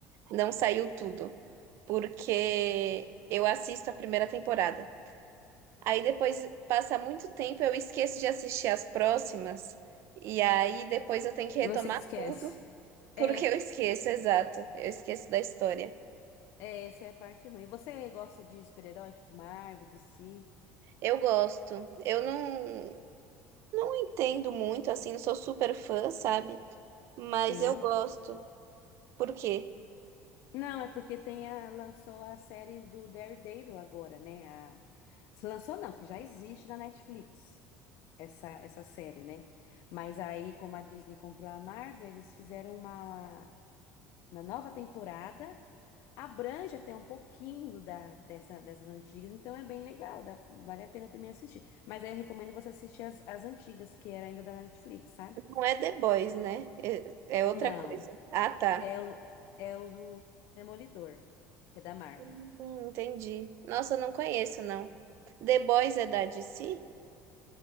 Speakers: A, on the right (about 50°); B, on the left (about 55°).
A: não saiu tudo. Porque eu assisto a primeira temporada. Aí depois passa muito tempo, eu esqueço de assistir as próximas, e aí depois eu tenho que retomar
B: E você esquece.
A: tudo, <laughs> porque
B: É,
A: eu esqueço, exato. Eu esqueço da história.
B: é, essa é a parte ruim. Você gosta de super-herói, tipo Marvel, DC?
A: Eu gosto. Eu não, não entendo muito, assim, não sou super fã, sabe? Mas
B: Sim.
A: eu gosto. Por quê?
B: Não, é porque tem a, lançou a série do Daredevil agora, né? A, se lançou não, que já existe na Netflix, essa, essa série, né? Mas aí, como a Disney comprou a Marvel, eles fizeram uma na nova temporada. Abrange até um pouquinho da, dessa, dessas antigas, então é bem legal, dá- vale a pena também assistir. Mas aí eu recomendo você assistir as, as antigas, que era ainda da Netflix, sabe?
A: Não é The Boys, né? É, é outra
B: Não,
A: coisa. Ah, tá.
B: é o, é o do Demolidor, que é da Marvel.
A: Hum, entendi. Nossa, eu não conheço, não. The Boys é da DC?